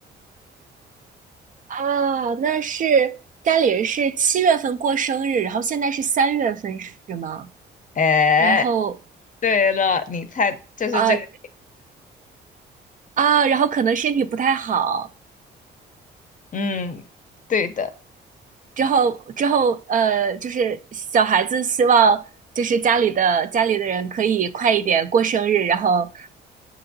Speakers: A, on the right; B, on the left.
A: 啊？那是家里人是七月份过生日，然后现在是三月份是吗？
B: 哎，
A: 然后
B: 对了，你猜就是这个。
A: 啊啊，然后可能身体不太好，
B: 嗯，对的，
A: 之后之后呃，就是小孩子希望就是家里的家里的人可以快一点过生日，然后。